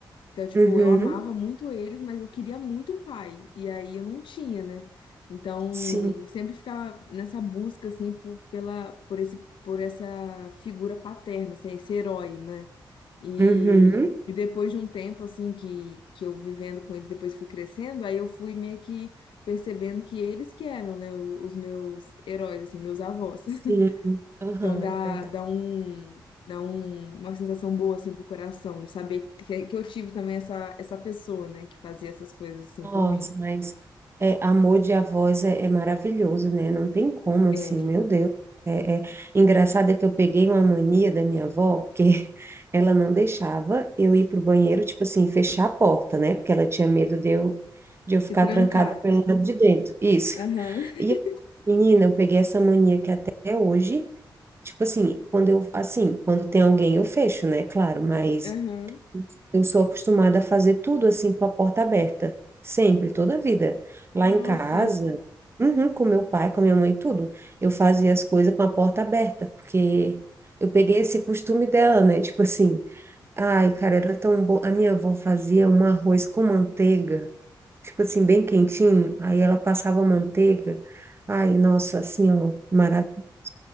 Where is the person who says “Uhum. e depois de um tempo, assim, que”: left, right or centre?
Left